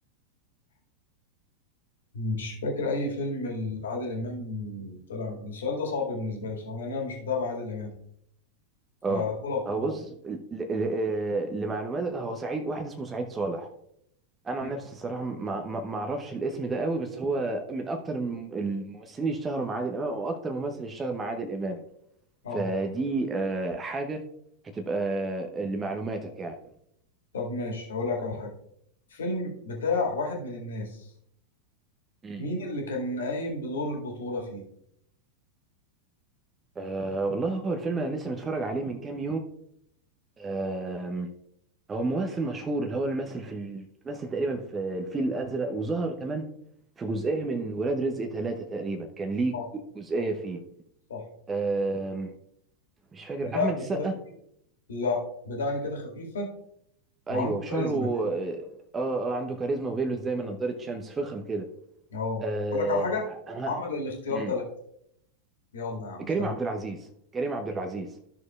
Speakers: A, on the left; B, on the right.
A: مش فاكر اي فيلم لعادل امام طلع من- السؤال ده صعب بالنسبه لي بصراحه لان انا مش متابع عادل امام فبقول
B: اه
A: بحمار
B: هو بص ل- ل- آه، لمعلومات هو سعيد واحد اسمه سعيد صالح انا
A: مم.
B: عن نفسي الصراحه ما ما- ما اعرفش الاسم ده قوي بس هو من اكتر الم- الممثلين اللي اشتغلوا مع عادل امام او اكتر ممثل اشتغل مع عادل امام
A: اه
B: فدي آه، حاجه هتبقى آه، لمعلوماتك يعني
A: طب ماشي هقول لك على حاجه فيلم بتاع واحد من الناس
B: مم.
A: مين اللي كان قايم بدور البطوله فيه
B: آه والله هو الفيلم انا لسه متفرج عليه من كام يوم هو ممثل مشهور اللي هو اللي مثل في ال- مثل تقريبا في الفيل الازرق وظهر كمان في جزئيه من ولاد رزق ثلاثة تقريبا كان ليه
A: صح
B: ج- جزئيه
A: صح
B: فيه
A: صح
B: آم، مش فاكر
A: بدقن
B: احمد السقا
A: كده خفيف لا بدقن كده خفيفه
B: ايوه
A: وعنده
B: وشعره
A: كاريزما كده
B: اه اه آه، عنده كاريزما وبيلبس زي ما نضاره شمس فخم كده
A: اه
B: آه
A: اقول لك على حاجه
B: انا
A: عمل الاختيار
B: مم.
A: ثلاثة يلا يا عم سهل
B: كريم عبد العزيز كريم عبد العزيز